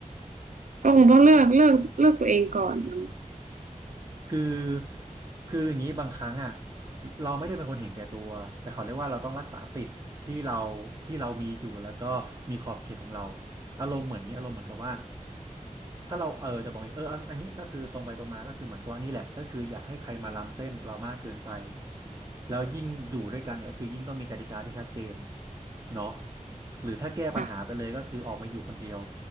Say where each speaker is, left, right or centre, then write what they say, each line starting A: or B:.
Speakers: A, on the right; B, on the right.
A: ก็คงต้องเลือกเลือกเลือกตัวเองก่อนนะ
B: คือคืออย่างนี้บางครั้งอ่ะเราไม่ได้เป็นคนเห็นแก่ตัวแต่เขาเรียกว่าเราต้องรักษาสิทธิ์ที่เราที่เรามีอยู่แล้วก็มีขอบเขตของเราอารมณ์เหมือนอย่างนี้อารมณ์เหมือนกับว่าถ้าเราเออจะบอกอย่างนี้เอออันอันนี้ก็คือตรงไปตรงมาก็คือเหมือนกับว่านี่แหละก็คืออย่าให้ใครมาล้ำเส้นเรามากเกินไปแล้วยิ่งอยู่ด้วยกันเนี่ยก็คือยิ่งต้องมีกติกาที่ชัดเจนเนาะหรือถ้าแก้ปัญหาไปเลยก็คือออกมาอยู่คนเดียว
A: ค่ะ